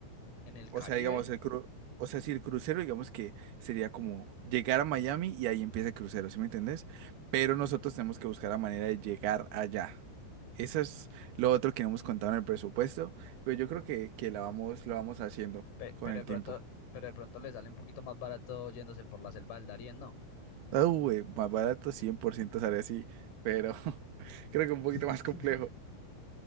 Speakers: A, on the left; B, on the right.
A: en el
B: O
A: Caribe,
B: sea, digamos, el cru- o sea, si el crucero, digamos que sería como llegar a Miami y ahí empieza el crucero, ¿sí me entendés? Pero nosotros tenemos que buscar la manera de llegar allá. Eso es lo otro que no hemos contado en el presupuesto, pero yo creo que, que la vamos, lo vamos haciendo
A: Pe-
B: con
A: pero
B: el
A: de pronto,
B: tiempo.
A: pero de pronto le sale un poquito más barato yéndose por la selva del Darién, ¿no?
B: Ah, güey, más barato 100% sale así, pero <laughs> creo que un
A: <laughs>
B: poquito más complejo,